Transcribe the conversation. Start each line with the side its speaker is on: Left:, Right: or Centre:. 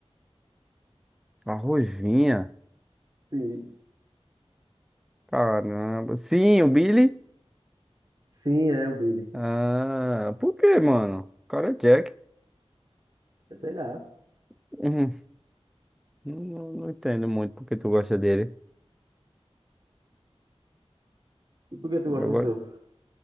Centre: A Ruivinha.
Right: Sim,
Centre: Caramba. Sim, o Billy.
Right: sim, é o Billy.
Centre: Ah, por que, mano? O cara é Jack.
Right: É, Sei lá.
Centre: Uhum. Não, não- não entendo muito porque tu gosta dele.
Right: E por que tu
Centre: Eu
Right: gosta
Centre: gosto.
Right: do teu?